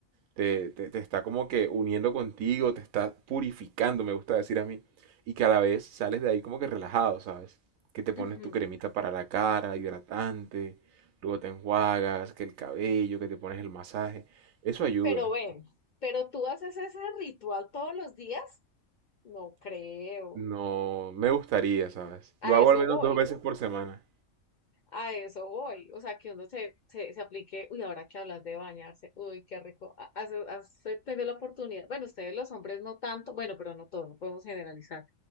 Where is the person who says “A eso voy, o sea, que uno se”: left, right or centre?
Left